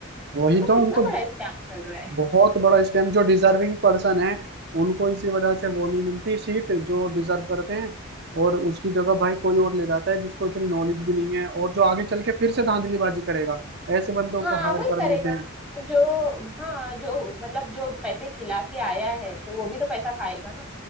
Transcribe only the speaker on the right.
वही
तो
उनको
बहुत बड़ा स्कैम जो डिजर्विंग पर्सन है उनको इसी वजह से वो नहीं मिलती सीट जो डिजर्व करते हैं और उसकी जगह भाई कोई और ले जाता है जिसको इतनी नॉलेज भी नहीं है और जो आगे चल के फिर से धांधलीबाजी करेगा ऐसे बंदों
को हायर
कर
लेते हैं